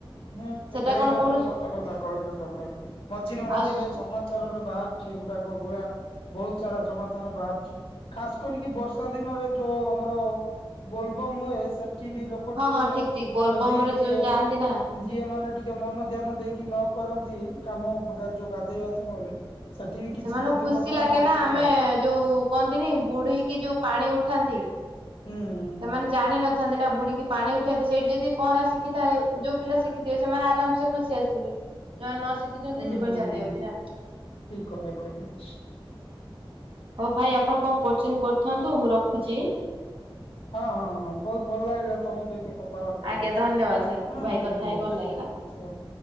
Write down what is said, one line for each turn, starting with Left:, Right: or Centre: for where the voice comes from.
Left: ହୁଁ
Right: ସେଟା
Left: ଏଇଟା
Right: କଣ କହୁନୁ
Left: ତ ସତ କଥା କହିଲ ତମେ ମଝିରେ ମଝିରେ
Right: ଆଉ
Left: ସମାନ ସ୍ତରରେ ବାହାରୁଛି ଏଗୁଡାକ ବୁରା ବହୁତ ସାରା ସମମାଚାର ବାହାରୁଛି। ଖାସ କରିକି ବର୍ଷା ଦିନରେ ଯୋ ଆମର ବୋଲବୋମ୍ ହୁଏ ସେଠି ବି ଲୋକ
Right: ହଁ
Left: ଟିକେ
Right: ହଁ ଠିକ ଠିକ ବୋଲବମ
Left: ଯଦି
Right: ରେ
Left: ଚିଏ
Right: ଯୋଉ ଯାଆନ୍ତି ନା
Left: ଯିଏ ମାନେ ଟିକେ ମନ ଧ୍ୟାନ ଦେଇକି ନ କରନ୍ତି କାମ ବ ଯୋ ଗାଧେଇବା ସମୟରେ ସେଠି ବି କିଛିଟା
Right: ସେମାନଙ୍କୁ
Left: ଦୁର୍ଘଟଣା
Right: ଖୁସି ଲାଗେ
Left: ଘଟିଥାଏ
Right: ନା ଆମେ ଯୋଉ କହନ୍ତିନି ବୁଢ଼ିକି ଯୋଉ ପାଣି ଉଠାନ୍ତି।
Left: ହୁଁ।
Right: ସେମାନେ ଜାଣିନଥାନ୍ତି ନା ବୁଢୀକି ପାଣି ଉଠେଇଥାଏ ସେଇଠି ଯଦି ପହଁରା ଶିଖିଥାଏ ଯୋଉ ପିଲା ଶିଖିଥିବେ ସେମାନେ ଆରାମ ସେ ଖସି ଆସିବେ ଯଉମାନେ ନ ଶିଖିଛନ୍ତି
Left: ହୁଁ
Right: ଜୀବନ
Left: ହୁଁ
Right: ଚାଲି ଯାଉଛି ନା।
Left: ଠିକ କଥା କହିଲେ।
Right: ହଉ ଭାଇ ଆପଣ କଣ କରୁଛନ୍ତି କରିଥାନ୍ତୁ। ମୁଁ ରଖୁଛି।
Left: ହଁ ହଁ ହଁ ବହୁତ ଭଲ ଲାଗିଲା ତମ ସହିତ କଥା ବାର୍ତ୍ତା ହେଇକି।
Right: ଆଜ୍ଞା ଧନ୍ୟବାଦ ସାର୍
Left: ହଁ,
Right: ଭାଇ କଥା
Left: ଧନ୍ୟବାଦ
Right: ହେଇକି ଭଲ ଲାଗିଲା।
Left: ରଖୁଛି ହଉ।